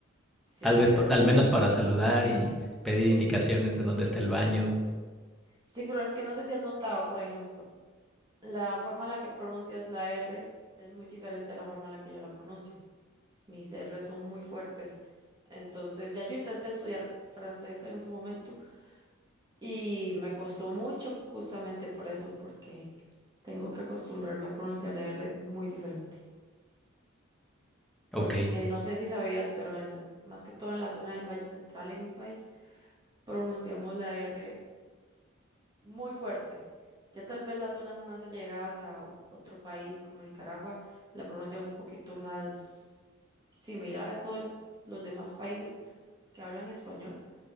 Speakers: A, on the right (about 20°); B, in the centre.
A: Sí,
B: Tal vez,
A: pero
B: pa- al menos para saludar y pedir indicaciones de dónde está el baño.
A: sí, pero es que no sé si has notado, por ejemplo, la forma en la que pronuncias la R es muy diferente a la forma en la que yo la pronuncio. Mis R son muy fuertes. Entonces, ya yo intenté estudiar francés en su momento y me costó mucho justamente por eso, porque tengo que acostumbrarme a pronunciar la R muy diferente. porque
B: Ok.
A: no sé si sabías, pero en- más que todo en la zona del Valle Central en mi país, pronunciamos la R muy fuerte. Ya tal vez las zonas más allegadas a u- otro país como Nicaragua la pronuncian un poquito más similar a todos los demás países que hablan español